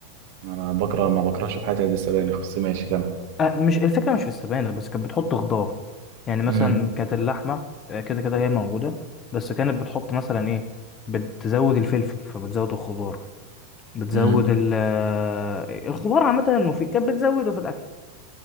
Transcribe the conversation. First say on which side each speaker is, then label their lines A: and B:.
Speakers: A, on the right (about 50°); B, on the left (about 25°).
A: انا بكره ما بكرهش في حياتي قد السبانخ بس ماشي كمل
B: أه مش الفكرة مش في السبانخ بس كانت بتحط خضار يعني مم.
A: امم
B: مثلا كانت اللحمة آه، كده كده هي موجودة بس كانت بتحط مثلا ايه بتزود الفلفل فبتزود الخضار بتزود
A: امم
B: مم. ال آه، الخضار عامة وفي كانت بتزوده في الأكل